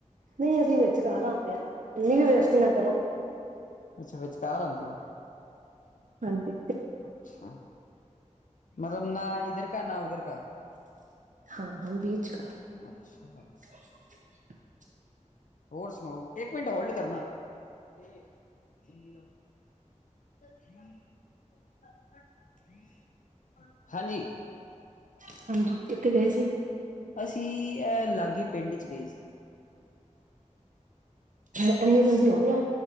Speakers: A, on the right; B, on the left.
A: ਨਹੀਂ ਅਸੀਂ ਵਿਚਕਾਰ ਆਣੇ ਆ ਇੰਨੀ ਵੀ ਬੇਜ਼ਤੀ ਨਾ ਕਰੋ।
B: ਅੱਛਾ ਵਿਚਕਾਰ ਆਦੇ ਓ।
A: ਹਾਂਜੀ
B: ਅੱਛਾ ਮਤਲਬ ਨਾ ਇਧਰ ਕਾ ਨਾ ਉਧਰ ਕਾ।
A: ਹਾਂ ਹਮ ਬੀਚਕਾ।
B: ਅੱਛਾ।
A: <unintelligible>
B: ਹੋਰ ਸੁਣਾਓ, ਇੱਕ ਮਿੰਟ ਹੋਲਡ ਕਰਨਾ। <unintelligible> ਹਾਂਜੀ!
A: ਹਾਂਜੀ, ਕਿੱਥੇ ਗਏ ਸੀ?
B: ਅਸੀਂ, ਐਹ ਲਾਗੇ ਈ ਪਿੰਡ ਚ ਗਏ ਸੀ।
A: ਅ ਐਨੀ ਜਲਦੀ ਹੋ ਵੀ ਆਏ?